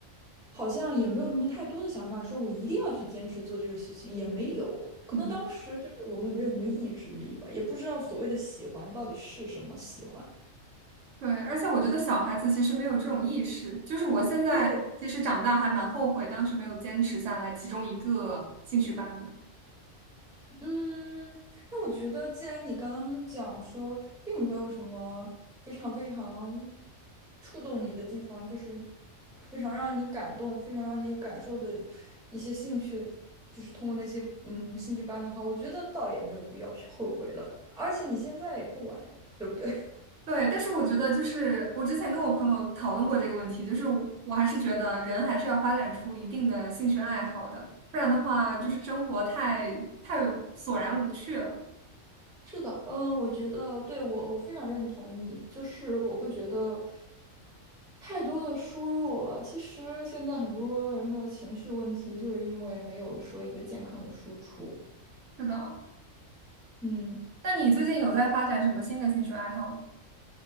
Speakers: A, in the centre; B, on the right.
A: 好像也没有什么太多的想法，说我一定要去坚持做这个事情，也没有。可能当时就是我们没有什么意志力吧，
B: 嗯
A: 也不知道所谓的喜欢到底是什么喜欢。
B: 对，而且我觉得小孩子其实没有这种意识，就是我现在其实长大还蛮后悔当时没有坚持下来其中一个兴趣班的。
A: 对，嗯，但我觉得，既然你刚刚讲说，并没有什么非常非常触动你的地方，就是非常让你感动、非常让你有感受的一些兴趣，就是通过那些嗯兴趣班的话，我觉得倒也没有必要去后悔了。而且你现在也不晚呀对不对？
B: 对，但是我觉得就是我之前跟我朋友讨论过这个问题，就是我我还是觉得人还是要发展出一定的兴趣爱好的，不然的话就是生活太太索然无趣了。
A: <laughs> 嗯。是的，嗯，我觉得对我我非常认同你，就是我会觉得太多的输入了。其实现在很多人的情绪问题，就是因为没有说一个健康的输出。
B: 是的，
A: 嗯
B: 那你最近有在发展什么新的兴趣爱好吗？